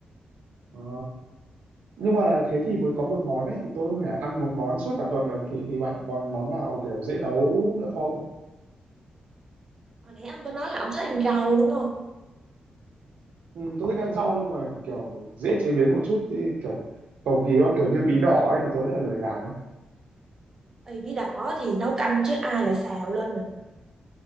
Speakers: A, on the right; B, on the right.
A: Ờ, nhưng mà thế thì mới có một món ấy thì tôi không thể ăn một món suốt cả tuần được thì thì bạn còn món nào kiểu dễ nấu nữa không
B: hồi nãy ông có nói là ông thích ăn rau đúng không
A: ừ, tôi thích ăn rau nhưng mà kiểu dễ chế biến một chút thì kiểu cầu kỳ quá kiểu như bí đỏ ấy thì tôi rất là lười làm ấy
B: ừ bí đỏ thì nấu canh chứ ai lại xào lên nhỉ